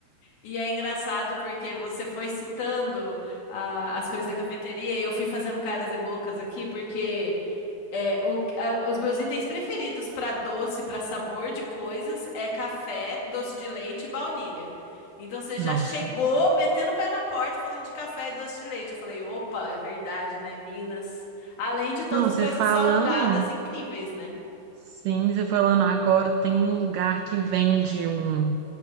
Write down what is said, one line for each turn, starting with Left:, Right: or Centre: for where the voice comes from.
Left: E é engraçado porque você foi citando ah, as coisas da cafeteria e eu fui fazendo caras e bocas aqui, porque é, o- a- os meus itens preferidos para doce, para sabor de coisas, é café, doce de leite e baunilha. Então você
Right: Nossa.
Left: já chegou metendo o pé na porta falando de café e doce de leite. Eu falei, opa, é verdade, né, Minas? Além de todas
Right: Não,
Left: as
Right: você
Left: coisas
Right: falando,
Left: salgadas incríveis, né?
Right: sim, você falando agora, tem um lugar que vende um-